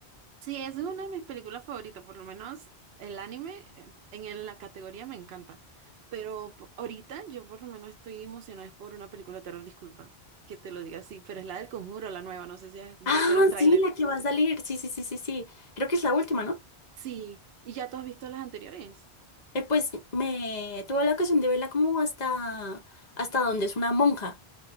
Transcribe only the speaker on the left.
Ah,
sí, la que va a salir. Sí, sí, sí, sí, sí. Creo que es la última, ¿no?
Eh, pues me tuve la ocasión de verla como hasta, hasta donde es una monja.